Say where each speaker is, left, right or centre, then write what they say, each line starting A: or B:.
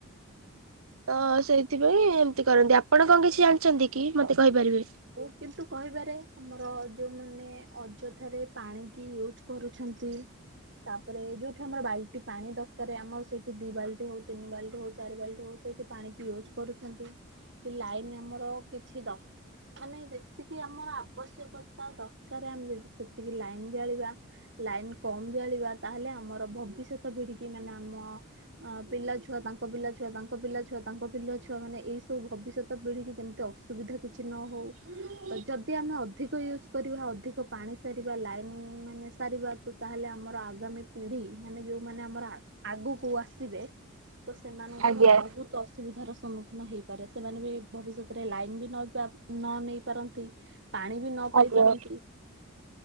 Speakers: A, on the right (about 85°); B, on the right (about 55°).
A: ତ ସେଇଥିପାଇଁ ଏମିତି କରନ୍ତି ଆପଣ କଣ କିଛି ଜାଣିଛନ୍ତି କି ମତେ କହିପାରିବେ।
B: ମୁଁ କିନ୍ତୁ କହିବାରେ ଆମର ଯୋଉମାନେ ଅଯଥାରେ ପାଣି କି ୟୁଜ କରୁଛନ୍ତି ତାପରେ ଯୋଉଠି ଆମର ବାଲ୍ଟି ପାଣି ଦରକାର ଆମର ସେଠି ଦି ବାଲ୍ଟି ହୋଉ ତିନି ବାଲ୍ଟି ହୋଉ ଚାରି ବାଲ୍ଟି ହୋଉ ସେଇଠି ପାଣ କିି ୟୁଜ୍ କରୁଛନ୍ତି କି ଲାଇନ୍ ଆମର କିଛି ଦ ମାନେ ଯେତିକି ଆମର ଆବଶ୍ୟକତା ଦରକାର ଆମେ ଯଦି ସେତିକି ଲାଇନ ଜାଳିବା ଲାଇନ୍ କମ୍ ଜାଳିବା ତାହେଲେ ଆମର ଭବିଷ୍ୟତ ପିଢିକି ମାନେ ଆମ ଅ ପିଲା ଛୁଆ ତାଙ୍କ ପିଲା ଛୁଆ ତାଙ୍କ ପିଲା ଛୁଆ ତାଙ୍କ ପିଲାଛୁଆ ମାନେ ଏଇଭବିଷ୍ୟତ ପିଢିକି ଯେମିତି ଅସୁ ସୁବିଧା କିଛି ନ ହୋଉ
A: ହୁଁ
B: ତ ଯଦି ଆମେ ଅଧିକ ୟୁଜ୍ କରିବା ଅଧିକ ପାଣି ସାରିବା ଲାଇନ୍ ମାନେ ସାରିବା ତ ତାହେଲେ ଆମର ଆଗାମୀ ପିଢି ମାନେ ଯୋଉମାନେ ଆମର ଆଗକୁ ଆସିବେ ତ ସେମାନଙ୍କ
A: ଆଜ୍ଞା।
B: ପାଇଁ ବହୁତ୍ ଅସୁବିଧାର ସମ୍ମୁଖୀନ ହେଇପାରେ ସେମାନେ ବି ଭବିଷ୍ୟତରେ ଲାଇନ ବି ନବା ନ ନେଇ ପାରନ୍ତି ପାଣି ବି ନ ପାଇ
A: ଆଜ୍ଞା
B: ପାରନ୍ତି।